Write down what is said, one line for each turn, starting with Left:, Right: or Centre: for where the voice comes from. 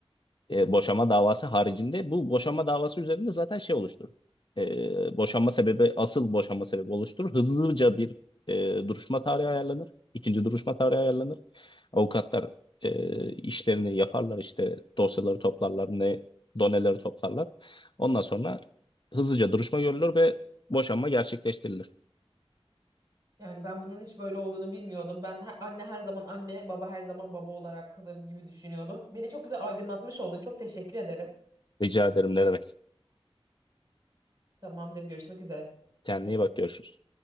Left: E, boşama davası haricinde bu boşama davası üzerinde zaten şey oluşturur. E, boşanma sebebi asıl boşanma sebebi oluşturur. Hızlıca bir e, duruşma tarihi ayarlanır. İkinci duruşma tarihi ayarlanır. Avukatlar e, işlerini yaparlar işte dosyaları toplarlar ne doneleri toplarlar. Ondan sonra hızlıca duruşma görülür ve boşanma gerçekleştirilir.
Right: Yani ben bunun hiç böyle olduğunu bilmiyordum. Ben he- anne her zaman anne, baba her zaman baba olarak kalır gibi düşünüyordum. Beni çok güzel aydınlatmış oldun. Çok teşekkür ederim.
Left: Rica ederim ne demek.
Right: Tamamdır, görüşmek üzere.
Left: Kendine iyi bak görüşürüz.